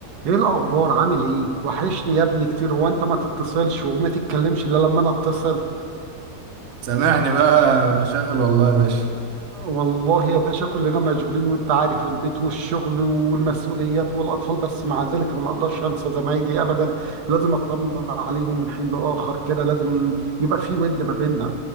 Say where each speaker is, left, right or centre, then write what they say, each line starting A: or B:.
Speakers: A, on the right; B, on the right.
A: ايه الاخبار عامل ايه وحشني يا ابني كتير هو انت ما تتصلش وما تتكلمش الا لما انا اتصل
B: سامعني بقى مشاغل والله يا باشا
A: والله يا باشا كلنا مشغولين وانت عارف البيت والشغل والمسؤوليات والاطفال بس مع ذلك انا ما اقدرش انسى زمايلي ابدا لازم اطمن عليهم من حين لاخر كده لازم يبقى في ود ما بيننا